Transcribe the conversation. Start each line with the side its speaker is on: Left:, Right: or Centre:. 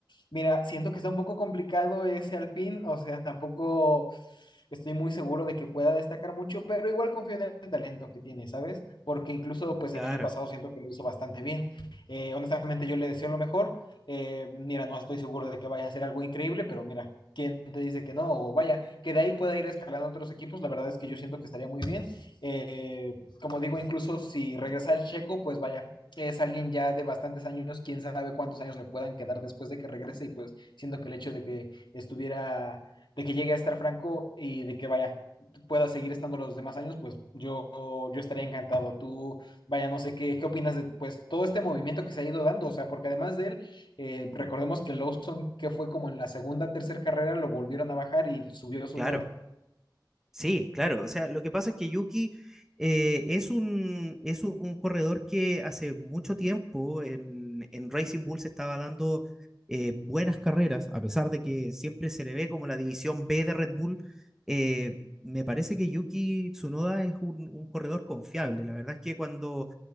Left: mira, siento que está un poco complicado ese Alpine, o sea, tampoco estoy muy seguro de que pueda destacar mucho, pero igual confío en el talento que tiene, ¿sabes? Porque incluso pues
Centre: Claro,
Left: el año pasado siento que lo hizo bastante bien. Eh, honestamente yo le deseo lo mejor. Eh, mira, no estoy seguro de que vaya a ser algo increíble, pero mira, ¿quién te dice que no? O vaya, que de ahí pueda ir escalando otros equipos, la verdad es que yo siento que estaría muy bien. Eh, como digo, incluso si regresa el Checo, pues vaya, es alguien ya de bastantes años, quién sabe cuántos años le puedan quedar después de que regrese y pues siento que el hecho de que estuviera, de que llegue a estar Franco y de que vaya, pueda seguir estando los demás años, pues yo, yo estaría encantado. Tú, vaya, no sé qué, qué opinas de pues todo este movimiento que se ha ido dando, o sea, porque además de él, eh, recordemos que Lawson, que fue como en la segunda, tercera carrera, lo volvieron a bajar y subió su
Centre: claro.
Left: nueva.
Centre: Sí, claro. O sea, lo que pasa es que Yuki eh, es un, es un, un corredor que hace mucho tiempo en, en Racing Bull se estaba dando eh, buenas carreras, a pesar de que siempre se le ve como la división B de Red Bull. eh, me parece que Yuki Tsunoda es un, un corredor confiable. La verdad es que cuando,